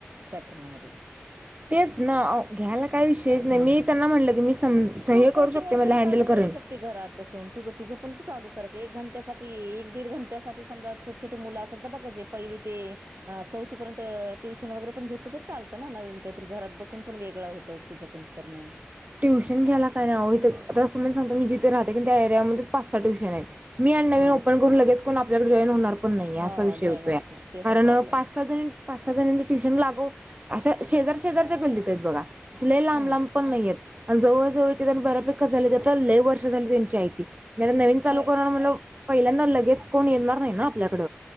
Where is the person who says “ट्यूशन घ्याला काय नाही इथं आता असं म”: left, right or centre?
Right